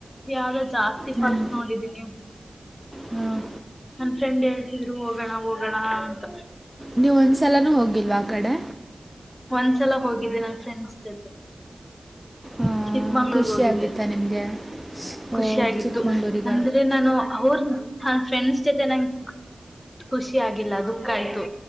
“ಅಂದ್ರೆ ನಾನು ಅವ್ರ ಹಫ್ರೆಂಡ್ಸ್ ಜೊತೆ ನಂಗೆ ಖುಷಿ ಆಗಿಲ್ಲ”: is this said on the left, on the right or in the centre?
Left